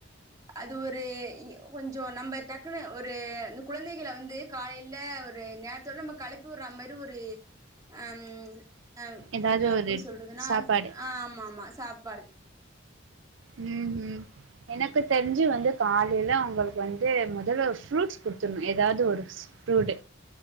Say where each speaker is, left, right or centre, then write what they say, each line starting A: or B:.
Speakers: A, on the right; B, on the right.
A: அது ஒரு று இ கொஞ்சொ நம்ப டக்குன்னு ஒரு ந்த குழந்தைகள வந்து காலையில ஒரு நேரத்தோட நம்ம கெளப்பி விடுற மாரி ஒரு ஹம் அவ்
B: ஏதாவது
A: கொஞ்சொ
B: ஒரு
A: எப்படி சொல்றதுன்னா
B: சாப்பாடு
A: ஆஹ் ஆமா ஆமா சாப் பாடு
B: ஹ்ம் ஹ்ம் எனக்கு தெரிஞ்சு வந்து காலைல அவங்களுக்கு வந்து மொதல்ல ஒரு ஃப்ரூட்ஸ் குடுத்துரணு எதாவது ஒரு ஃப்ரூட்